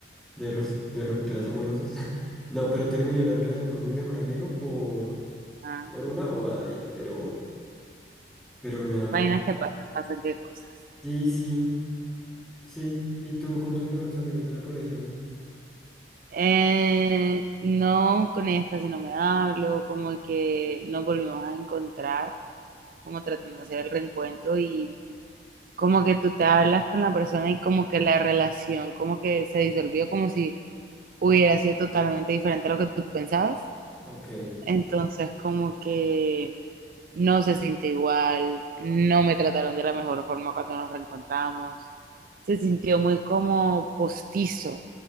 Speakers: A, in the centre; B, on the right.
A: de, rus- de rupturas amorosas. <laughs> No, pero terminé la relación con mi mejor amigo por,
B: Ah,
A: por una bobada ahí, pero, pero nada.
B: vainas que pasan, pasan qué cosas.
A: Sí, sí. Sí, y tú con tus mejores amigos del colegio.
B: Eh, no, con ellas casi no me hablo, como que nos volvimos a encontrar, como tratando de hacer el reencuentro y como que tú te hablas con la persona y como que la relación como que se disolvió, como si hubiera sido totalmente diferente a lo que tú pensabas.
A: Ok.
B: Entonces, como que no se siente igual, no me trataron de la mejor forma cuando nos reencontramos. Se sintió muy como postizo,